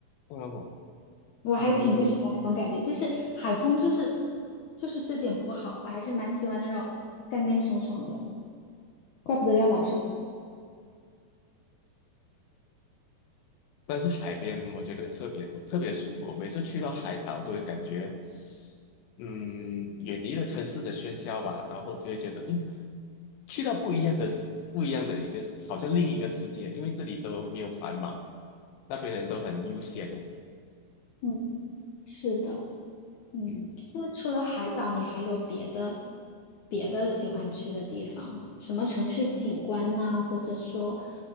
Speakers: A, on the left; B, on the left.
A: 哦，
B: 我还是挺不喜欢这种感觉，
A: 嗯，
B: 就是海风，就是就是这点不好，我还是蛮喜欢那种干干爽爽的，怪不得要老是，
A: 但是海边我觉得特别特别舒服，每次去到海岛都会感觉，嗯，远离了城市的喧嚣吧，然后就会觉得，嗯，去到不一样的世，不一样的一个世好像另一个世界，因为这里都没有繁忙，那边人都很悠闲的，
B: 嗯，是的，嗯，
A: 嗯
B: 那除了海岛，你还有别的别的喜欢去的地方吗？什么城市景观呐、或者说，